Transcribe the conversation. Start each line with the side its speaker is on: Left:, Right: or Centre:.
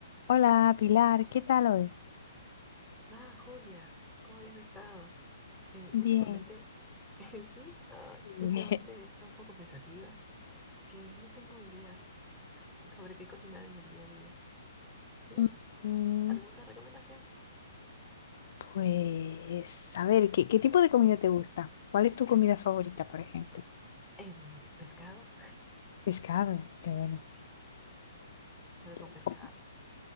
Left: Hola Pilar, ¿qué tal hoy?
Centre: Ah, Julia, ¿cómo habías estado? Eh,
Left: Bien.
Centre: últimamente, <laughs> eh, sí, ay,
Left: Bien.
Centre: últimamente he estado un poco pensativa, que no tengo ideas <laughs> sobre qué cocinar en el día a día.
Left: <laughs>
Centre: ¿Tienes
Left: Mm,
Centre: alguna recomendación?
Left: Pues, a ver, ¿qué, qué tipo de comida te gusta? ¿Cuál es tu comida favorita, por ejemplo?
Centre: Em, ¿pescado?
Left: Pescado, qué bueno.
Centre: Sí, algo
Left: Qué
Centre: con pescado.
Left: co-